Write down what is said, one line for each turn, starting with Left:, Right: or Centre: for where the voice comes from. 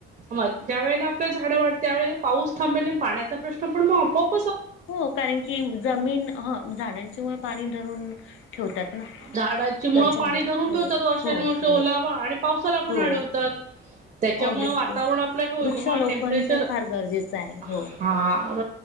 Right: म ज्या वेळेला झाड वातते ववेळेला पाऊस थांबेल नाही पाण्याचा प्रश्न पण मग आपोप
Left: हो कारण की जमीन झाडांच्यामुळे पाणी धरून ठेवतात ना
Right: झाडाची मुळ
Left: त्याच्यामुळे
Right: पाणी धरून
Left: हो
Right: ठेवतात वर्षान
Left: हो
Right: वर्ष ओलावा
Left: हो
Right: आणि पावसाला पण
Left: हो
Right: अडवतात. त्याच्यामुळे
Left: ऑब्विसली
Right: वातावरण आपलं हे होईल
Left: वृक्षारोपण
Right: मग टेम्परेचर
Left: तर फार गरजेचं आहे
Right: हा.
Left: हो